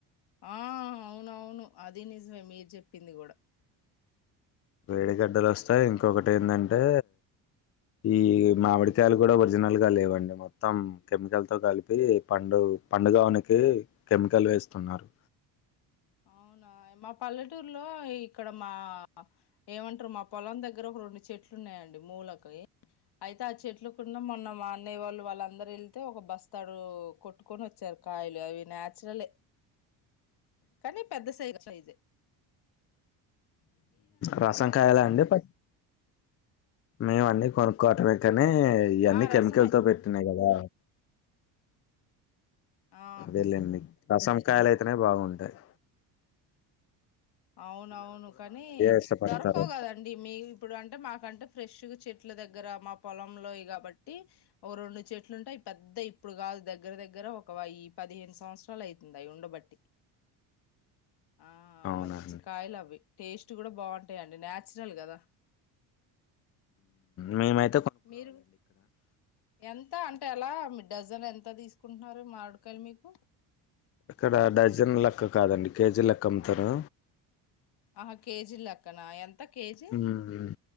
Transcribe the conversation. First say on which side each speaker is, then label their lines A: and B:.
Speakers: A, on the left; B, on the left.
A: ఆ అవునవును అది నిజమే మీరు చెప్పింది కూడా
B: వేడిగడ్డలు వస్తాయి ఇంకొకటి ఏందంటే ఈ మామిడికాయలు కూడా ఒరిజినల్గా లేవండి మొత్తం కెమికల్తో కలిపి పండు పండుగవనకి కెమికల్ వేస్తున్నారు
A: అవునా మా పల్లెటూరులో ఇక్కడ మా ఏమంటారు మా పొలం దగ్గర ఒక రెండు చెట్లు ఉన్నాయండి మూలకి అయితే ఆ చెట్లు కున్నా మొన్న మా అన్నయ్యవాళ్ళు వాళ్ళందరు వెళ్తే ఒక బస్తాడు కొట్టుకొని వచ్చారు కాయలు అవి నాచురలే కానీ పెద్ద సైగ సైజె
B: రసం కాయలు అండి ప మేము అన్నీ కొను కోటర్ వి <unintelligible> అనే ఇయ్యాన్ని
A: ఆ
B: కెమికల్
A: రసమే
B: తో పెట్టినాయి కదా
A: ఆ
B: అదేలేండి రసమే కాలయితనే బాగుంటయ్
A: అవునవును కానీ
B: ఇష్టపడతారు
A: దొరకవ్ కదండి మీ ఇప్పుడు అంటే మాకంటే ఫ్రెష్ గా చెట్ ట్ల దగ్గర మా పొలంలో ఇగ బట్టి ఓ రెండు చెట్లు ఉంటాయి పెద్ద ఇప్పుడు కాదు దగ్గర దగ్గర ఒక పదిహేను సంవత్సరాలు అయితుంది అయి ఉండబట్టి ఆ
B: అవునా
A: మంచి
B: అండి
A: అవి టేస్ట్ కూడా బాగుంటాయిండి నాచురల్ గదా
B: మీ మై
A: మీరు ఎంత అంటే అలా డజన్ ఎంత తీసుకుంటున్నారు మామిడికాయలు మీకు
B: ఇక్కడ డజన్ లెక్క కాదండి కేజీ లెక్క అమ్ముతారు
A: ఆ కేజీ లక్కనా ఎంత కేజీ
B: హ్మ్ హ్మ్